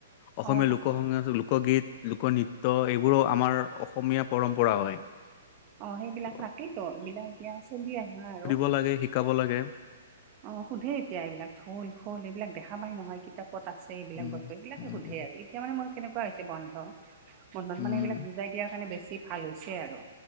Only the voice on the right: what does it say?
অ তাকে
অ সেইবিলাক
তাকেইতো সেইবিলাক এতিয়া চলি আহা আৰু
অ সোধে এতিয়া এইবিলাক ঢোল খোল এইবিলাক দেখা পায় নহয় কিতাপ ত আছে এইবিলাক
বস্তু এইবিলাকে
সোধে আৰু এতিয়া মানে মোৰ কেনেকোৱা হৈছে বন্ধ বন্ধত
মানে এইবিলাক বুজাই দিয়াৰ কাৰণে বেছি ভাল হৈছে আৰু